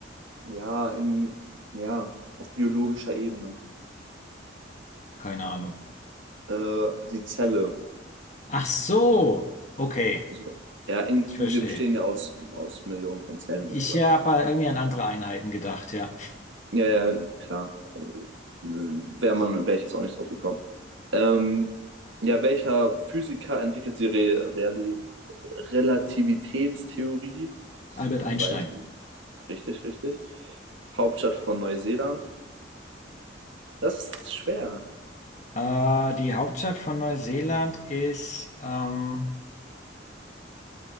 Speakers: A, on the right (about 80°); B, on the left (about 40°).
A: Ja, in, ja, auf biologischer Ebene.
B: Keine Ahnung.
A: Äh, die Zelle.
B: Ach so. Okay,
A: Also, ja, in,
B: ich verstehe.
A: wir bestehen ja aus, aus Millionen von Zellen
B: Ich
A: und so weiter.
B: habe irgendwie an andere Einheiten gedacht, ja.
A: Ja, ja, klar. Wäre man, wäre ich jetzt auch nicht drauf gekommen. Ähm, ja, welcher Physiker entwickelt die Re Reali Relativitätstheorie? Das
B: Albert
A: weiß
B: Einstein.
A: man. Richtig, richtig. Hauptstadt von Neuseeland. Das ist schwer.
B: Äh, die Hauptstadt von Neuseeland ist, ähm,